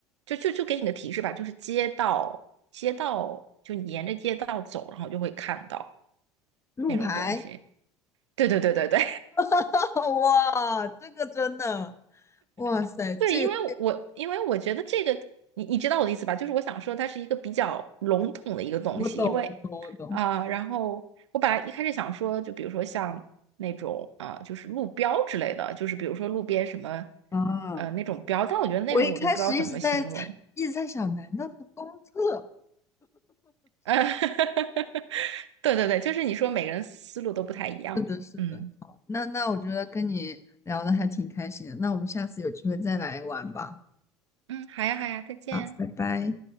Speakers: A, on the right (about 80°); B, on the left (about 20°).
A: 就就就给你个提示吧，就是街道街道，就你沿着街道走，然后就会看到
B: 路牌，
A: 那种东西。对对对对对。
B: <laughs> 哇，这个真的，哇塞，
A: 对，
B: 这个
A: 因为我因为我觉得这个，你你知道我的意思吧？就是我想说，它是一个比较笼统的一个东西，
B: 我懂，
A: 因为
B: 我懂，我懂。
A: 啊、呃然后我本来一开始想说，就比如说像那种啊、呃就是路标之类的，就是比如说路边什么
B: 啊，
A: 呃那种标，但我觉得那种我就不知道怎么形容。
B: 我一开始一直在猜，一直在想，难道是公厕？
A: <laughs> 对对对，就是你说每个人思路都不太一样。
B: 是的，是的。
A: 嗯
B: 好，那那我觉得跟你聊的还挺开心的，那我们下次有机会再来玩吧。
A: 嗯，好呀好呀，再见。
B: 好，拜拜。